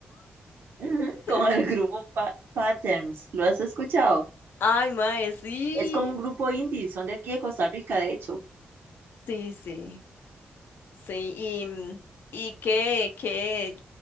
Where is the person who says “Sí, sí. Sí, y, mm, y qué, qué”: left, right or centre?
Left